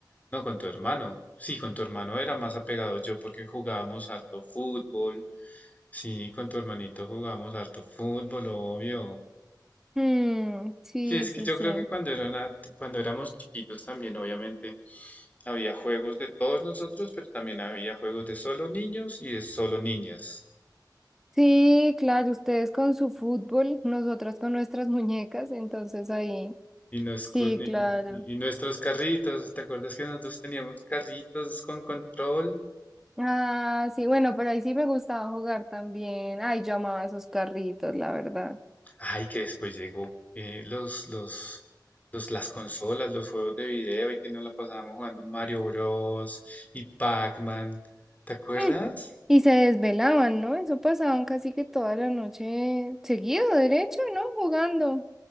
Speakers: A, on the left; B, in the centre.
A: no, con tu hermano. Sí, con tu hermano era más apegado yo porque jugábamos harto fútbol. Sí, con tu hermanito jugábamos harto fútbol, obvio.
B: Mm, sí,
A: Sí, es
B: sí,
A: que yo
B: sí.
A: creo que cuando era una- cuando éramos chiquitos también, obviamente, había juegos de todos nosotros, pero también había juegos de solo niños y de solo niñas.
B: Sí, claro, ustedes con su fútbol, nosotras con nuestras muñecas, entonces ahí,
A: Y, nos
B: sí,
A: cos- y-
B: claro.
A: y- y nuestros carritos, ¿te acuerdas que nosotros teníamos carritos con control?
B: Ah, sí, bueno, por ahí sí me gustaba jugar también. Ay, yo amaba esos carritos, la verdad.
A: Ay, que después llegó eh, los, los, los, las consolas, los juegos de video y que nos la pasábamos jugando Mario Bros. y Pac-Man. ¿Te acuerdas?
B: Mm, Y se desvelaban, ¿no? Eso pasaban casi que toda la noche seguido, derecho, ¿no? Jugando.